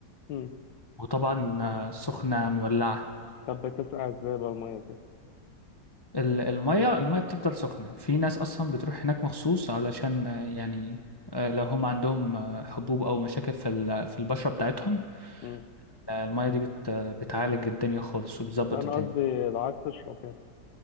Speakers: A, on the left (about 80°); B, on the left (about 25°).
A: مم.
B: وطبعا آه، سخنة مولعة
A: طب بتسقع ازاي بقى المية كده
B: ال- المية المية بتفضل سخنة في ناس أصلا بتروح هناك مخصوص علشان آه، يعني آه، لو هم عندهم آه، حبوب أو مشاكل في ال- في البشرة بتاعتهم
A: مم.
B: آه، المية دي بت بتعالج الدنيا خالص وبتظبط
A: لا انا
B: الدنيا
A: قصدي لو عايز تشرب يعني